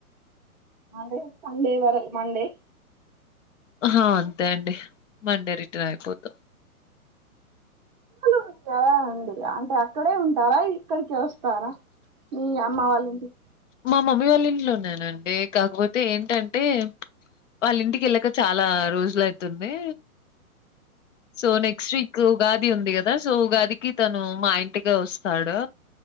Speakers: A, on the right; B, on the left.
A: మే సండే వరకు మండే
B: హా అంతే అండి మండే రిటర్న్ అయిపోదు
A: లు ఉ ఎలా అండి అంటే అక్కడే ఉంటారా ఇక్కడికి వస్తారా మీ అమ్మ వాళ్ళంటి
B: మా మమ్మీ వాళ్ళ ఇంట్లో ఉన్నానండి కాకపోతే ఏంటంటే వాళ్ళ ఇంటికి వెళ్ళక చాలా రోజులయితుంది సో నెక్స్ట్ వీక్గా అది ఉంది కదా సో ఉగాదికి తను మా ఇంటిగా వస్తాడు